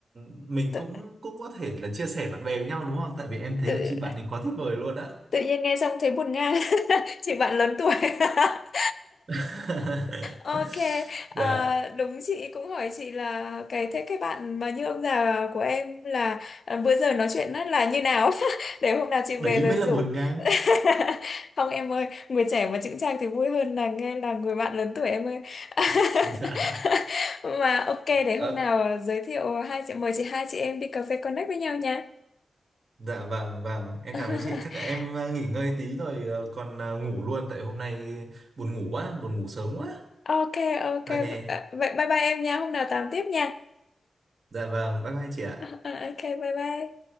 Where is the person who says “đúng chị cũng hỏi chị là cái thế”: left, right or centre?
Left